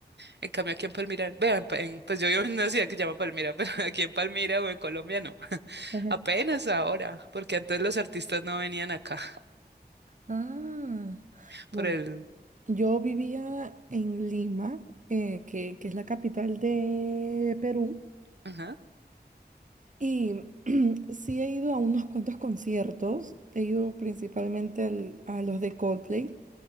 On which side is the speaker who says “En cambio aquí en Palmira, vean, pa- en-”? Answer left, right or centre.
Right